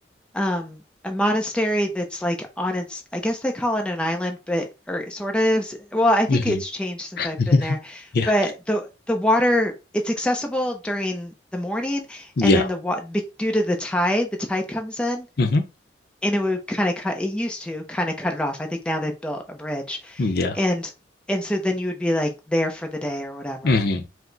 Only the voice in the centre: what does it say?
um a monastery that's like on its I guess they call it an island, but or it sort of. Well, I think
it's changed since I've
been there.
But the the water it's accessible during the morning,
and then the wa be- due to the tide, the tide comes in
and it would kind of cut it used to kind of cut it off. I think now they've built a bridge.
And and so then you would be like there for the day or whatever.